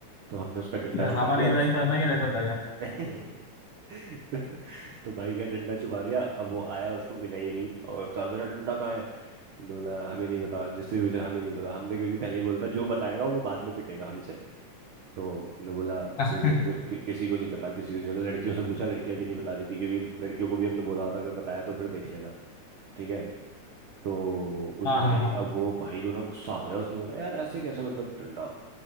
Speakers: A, on the right (about 80°); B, on the left (about 65°).
A: तो हमने उसका डंडा
B: यार
A: छुपा
B: हमारे
A: दिया
B: इधर ऐसा नहीं रहता था यार
A: <laughs> तो, तो भाई का डंडा छुपा दिया अब वो आया उसको मिला ही नहीं और तो मेरा डंडा कहाँ है हमने बोला हमें नहीं पता जिससे वजह हमें नहीं पता हमने क्योंकि पहले ही बोलता जो बताएगा वो बाद में पिटेगा हमसे तो हमने बोला
B: <laughs>
A: मुझे मु- कि, किसी को नहीं पता किसी को नहीं पता लड़कियों से पूछा लड़कियां भी नहीं बताती थी क्योंकि लड़कियों को भी हमने बोला था अगर बताया तो फिर देख लेना ठीक है तो उस
B: हाँ
A: भाई
B: हाँ हाँ
A: अब वो भाई को ना गुस्सा आ गया उसने बोला यार ऐसे कैसे मतलब डंडा